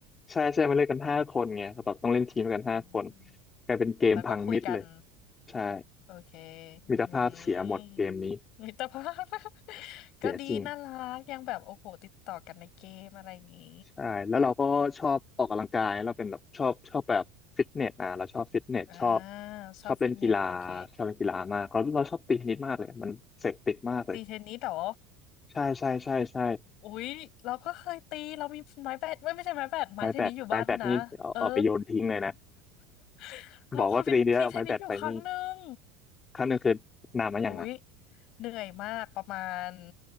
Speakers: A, on the left; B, on the left.
A: ใช่ใช่มาเล่นกันห้าคนไงเขาบอกต้องเล่นทีมกันห้าคน
B: อืม
A: กลายเป็นเกมพังมิดเลย
B: แล้วก็คุยกัน
A: ใช่
B: โอเคอือหื
A: มิตรภาพเสียหมดเกมนี้
B: อมิตรภาพ <laughs>
A: เสียจริง
B: ก็ดีน่ารักยังแบบโอ้โหติดต่อกันในเกมอะไรอย่างงี้
A: ใช่แล้วเราก็ชอบออกกำลังกายเราเป็นแบบชอบชอบแบบฟิตเนสอ่ะเราชอบฟิตเนสชอบ
B: อ่าชอบฟิตเนสโอเค
A: ชอบเล่นกีฬาชอบเล่นกีฬามากเราเราชอบตีเทนนิสมากเลยมันเสพติดมากเลย
B: ตีเทนนิสเหรอ
A: ใช่ใช่ใช่ใช่
B: อุ๊ยเราก็เคยตีเรามีไม้แบดไม่ไม่ใช่ไม้แบดไม้เทนนิสอยู่บ้านด้วยนะเออ
A: ไม้แบดไม้แบดนี่เอาเอาไปโยนทิ้งเลยนะ
B: <laughs> เราเคยไปตีเทนนิสอยู่ครั้งหนึ่ง
A: บอกว่าไปตีเดียวเอาไม้แบดไปนี่ครั้งหนึ่งคือนานมาอย่างนะ
B: อุ๊ยเหนื่อยมากประมาณ